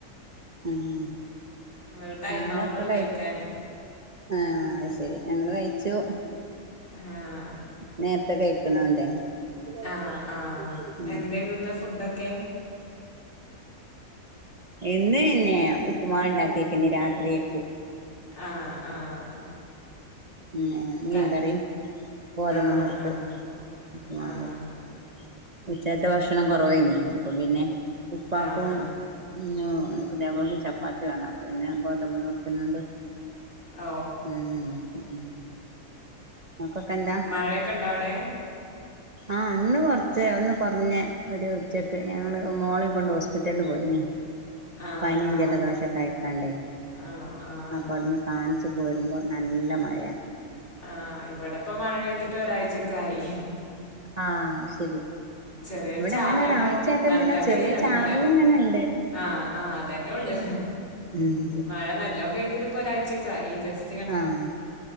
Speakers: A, on the right; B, on the left.
A: ഉം
B: ഇവിടെ ടൈം
A: ഞാനൊക്കെ
B: ആവണുള്ളൂ
A: കൈ
B: കഴിക്കാന്
A: ആഹ് അഹ് ശരി ഞങ്ങള് കഴിച്ചു.
B: ആഹ്
A: നേരത്തെ കഴിക്കണോണ്ടെ ഉം
B: ആഹ് ആഹ് എന്തേന്നു ഇന്ന് ഫുഡൊക്കെ
A: എന്ന്അഹ് ന്നേ ഉപ്പും മാവ് ണ്ടാക്കീക്ക്ണ് രാത്രിയ്ക്ക്.
B: ആഹ് ആഹ് ആഹ്
A: പിന്നെ മീൻ
B: ക
A: കറിം ഗോതമ്പ്
B: ആഹ്
A: നുറുക്ക്
B: ആഹ്
A: ഉപ്പ് മ്മാവ്
B: ആഹ്
A: വെച്ച് ഉച്ചക്കത്തെ ഭക്ഷണം കുറവേനീ അപ്പൊ പിന്നെ ഉപ്പാക്കും
B: ആഹ്
A: ന്നു പുത്യാപ്പള്ക്കും ചപ്പാത്തി വേണം അപ്പ പിന്നെ ഗോതമ്പ് നുറുക്കിനോട്
B: ഓ
A: ആഹ് <unintelligible> ആഹ് ഇങ്ങക്കൊക്കെന്താ
B: മഴയൊക്കെ ഉണ്ടോ അവിടെ
A: ആഹ് ഇന്ന് കൊർ ച്ചേ ഒന്ന് കൊർഞ്ഞ ഒരു ഉച്ചക്ക് ഞങ്ങള് മോളിം കൊണ്ട് ഹോസ്പിറ്റൽല് പോയിനീ.
B: ആഹ്
A: പനിം
B: ആഹ്
A: ജലദോശൊക്കെ ആയിക്കാണ്ടേ
B: ആണോ ആഹ്
A: അപ്പോ അവ്ട്ന്ന് കാണിച്ച് പോരുമ്പോ നല്ല മഴാ.
B: ആഹ് ഇവിടെപ്പോ മഴെയ്തിട്ട് ഒരാഴ്ചക്കായി.
A: ആഹ് അയ്ശരി
B: ചെറിയൊരു
A: ഇവിടെ
B: ചാറലുണ്ടാവും
A: അങ്ങനെ ഒരാഴ്ചായിട്ടൊന്നുല്ല
B: നല്ല പെയ്യലൊന്നുല്ല
A: ചെറിയ ചാറല്‌ ഇങ്ങനെ ഇണ്ട്.
B: ആഹ് ആഹ് അതന്നെ ഒള്ള്.
A: ഉം
B: മഴ നല്ലോം പെയ്തിട്ട് പ്പ ഒരാഴ്ച്ചൊക്കായി ജസ്
A: ആഹ്